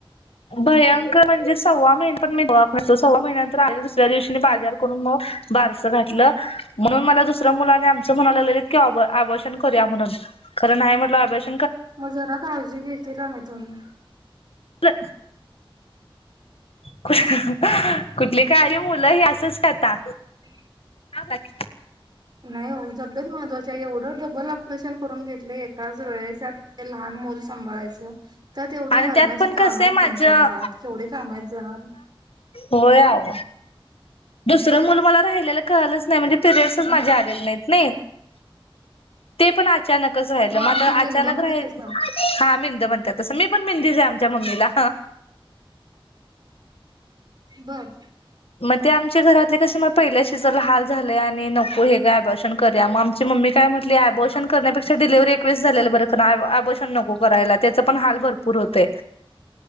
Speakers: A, on the left; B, on the right.
A: भयंकर म्हणजे सव्वा महिने मी दवाखान्यात सव्वा महिन्यानंतर आणि दुसऱ्या दिवशी बाजार करून मग बारसं घातलं, म्हणून मला दुसऱ्या मुलाने आमचं म्हणालागल्यालीत, आवर्षन कर, ण खर नाही म्हट अभ्या <unintelligible>
B: म जरा, काळजी घेती ना तुम्ही.
A: ठ <unintelligible> कुठली काळजी मुलं ह असंच टाता
B: हम्
A: ह बकी
B: नाही हो सगळ्याच महत्त्वाचे आहे एवढं डबल ऑपरेशन करून घेतले एकाच वेळेसत ते लहान मुलं सांभाळायचं त्यात तेवढी
A: आणि
B: मरणाचे
A: त्यात पण कसं
B: काम आहेत
A: आहे माझ्या
B: तुमच्या घरात केवढे काम आहेत जाणार
A: हो दुसरं मुल मला राहिलेला कळलंच नाही म्हणजे पिरयडसच
B: मग
A: माझ्या आलेले नाहीत नाही ते पण अचानक
B: हा
A: म
B: ते
A: अचा
B: मेंद म्हणतात तसं
A: मिंद म्हणत तस मी पण मिंद च आहे आमच्या मम्मीला
B: बर
A: मग ते आमच्या घरातले तसे मग पहिल्या शिजरला हाल ल झाले आणि नको हे काय ओप्राशन न करू मग आमची मम्मी काय म्हटली बशन कर डिलेवरी एकवीस झाले बर ओप्राशन नको करायला त्याचा पण हाल भरपूर होते